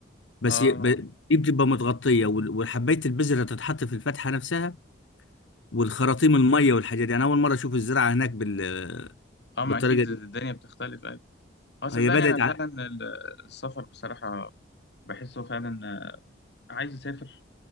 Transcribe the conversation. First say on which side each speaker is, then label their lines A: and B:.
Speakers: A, on the left; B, on the left.
A: بس
B: آه
A: ي- ب- دي بتبقى متغطية وال- وحباية البذرة تتحط في الفتحة نفسها والخراطيم المية والحاجات دي أنا أول مرة أشوف الزراعة هناك بال
B: أما
A: بالطريقة
B: أكيد
A: دي
B: الدنيا بتختلف اه صدقني
A: هي بدأت
B: انا فعلا
A: ع...
B: ال- السفر بصراحة بحسه فعلا عايز يسافر